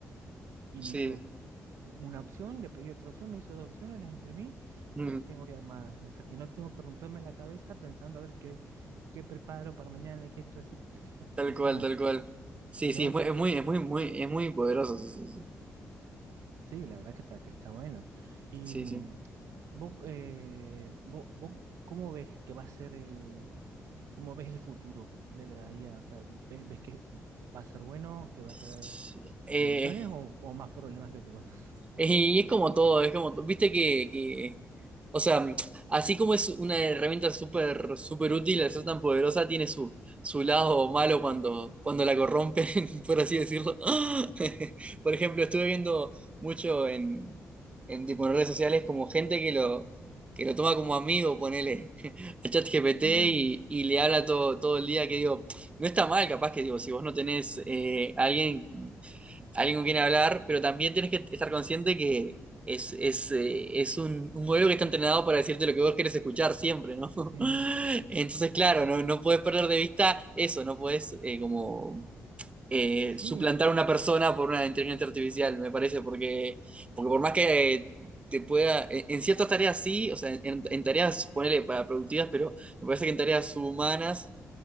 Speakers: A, on the right; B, on the right.
A: Y
B: Sí,
A: me hizo una opción, le pedí otra opción, me hizo dos opciones, las imprimí
B: mm,
A: y las tengo ya armadas. O sea que no tengo que romperme la cabeza pensando a ver qué, qué preparo para mañana y qué esto así.
B: tal
A: O
B: cual,
A: sea,
B: tal cual. Sí, sí,
A: nota.
B: es muy, es muy, es muy, muy- es muy poderoso. Sí,
A: Sí, la verdad que está, que está bueno. Y
B: sí,
A: mm,
B: sí.
A: vos, eh, vos, vos ¿cómo ves que va a ser el, cómo ves el futuro de la IA? O sea, ¿ves, ves que va a ser bueno, que va a
B: Sí,
A: traer
B: sí. Eh,
A: soluciones o, o más problemas que otra cosa?
B: Y es como todo, es como todo. Viste que, que, o sea, así como es una herramienta súper, súper útil, al ser tan poderosa, tiene su, su lado malo cuando, cuando la corrompen, <laughs> por así decirlo. <laughs> Por ejemplo, estuve viendo mucho en, en, tipo, en redes sociales como gente que lo, que lo toma como amigo, ponele, <laughs> a ChatGPT
A: Sí,
B: y, y le habla todo, todo el día, que digo, no está mal, capaz que digo, si vos no tenés eh, alguien alguien con quien hablar, pero también tienes que estar consciente que es, es, eh, es un, un modelo que está entrenado para decirte lo que vos querés escuchar siempre, ¿no?
A: sí,
B: <laughs> Entonces, claro, no, no puedes perder de vista eso, no puedes eh, como eh,
A: sí,
B: suplantar a una persona por una inteligencia artificial, me parece, porque, porque por más que te pueda, en en ciertas tareas sí, o sea, en, en tareas, ponele para productivas, pero me parece que en tareas humanas